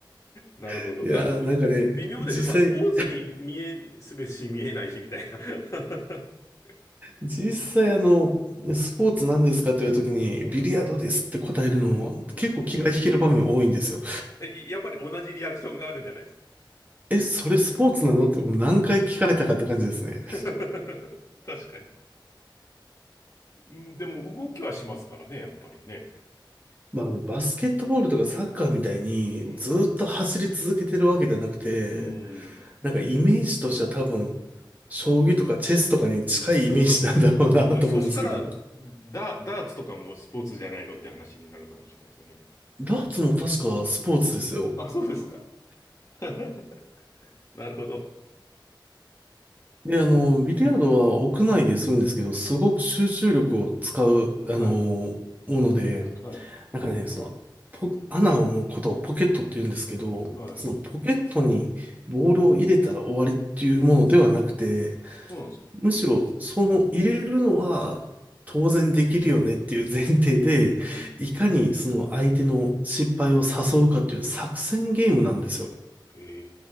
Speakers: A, on the left (about 35°); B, on the right (about 20°).
A: なるほど。
B: <laughs> いやー、
A: だ、
B: なんかね、
A: 微妙ですよ。
B: 実際、
A: まあ、スポーツに見え、するし、見えないし、みたいな。<laughs>
B: 実際あの、スポーツなんですかというときに、
A: うん、
B: ビリヤードですって答えるのも結構気が引ける場面多いんですよ。
A: うん。え、いやっぱり同じリアクションがあるんじゃないですか。
B: え、それスポーツなのってもう何回聞かれたかって感じですね。
A: <laughs> 確かに。うん、でも動きはしますからね、やっぱりね。
B: まあ、あのバスケットボールとかサッカーみたいにずっと走り続けてるわけじゃなくて、
A: うん。うん。
B: なんかイメージとしては多分、将棋とかチェスとかに近いイメージなんだろうなと思うんですけど、
A: うん。だ、そしたら、ダ、ダーツとかもスポーツじゃないのって話になるかもしれないですよね。
B: ダーツも確かスポーツですよ。
A: あ、そうですか。<laughs> なるほど。
B: で、あの、ビリヤードは屋内でするんですけど、すごく集中力を使う、あの、
A: はい。
B: もので、
A: はい。
B: なんかね、その、ポ、穴のことをポケットって言うんですけど、
A: はい。
B: そのポケットにボールを入れたら終わりっていうものではなくて、
A: そうなんですか。
B: むしろ、その入れるのは当然できるよねっていう前提で、
A: うん。
B: いかにその相手の失敗を誘うかという作戦ゲームなんですよ。
A: へ